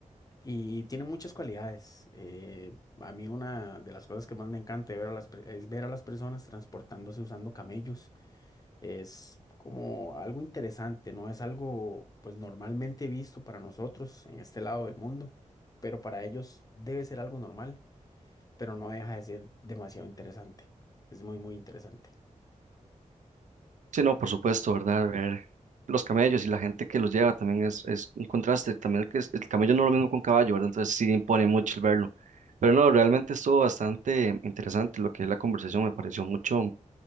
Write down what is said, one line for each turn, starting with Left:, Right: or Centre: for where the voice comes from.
Left: y tiene muchas cualidades. Eh, a mí una de las cosas que más me encanta ver a las per- es ver a las personas transportándose usando camellos. Es como algo interesante, no es algo pues normalmente visto para nosotros en este lado del mundo, pero para ellos debe ser algo normal, pero no deja de ser demasiado interesante. Es muy, muy interesante.
Right: Sí, no, por supuesto, ¿verdad? Ver los camellos y la gente que los lleva también es, es un contraste. También que es- el camello no es lo mismo que un caballo, ¿verdad? Entonces sí impone mucho el verlo. Pero no, realmente estuvo bastante interesante lo que es la conversación. Me pareció mucho,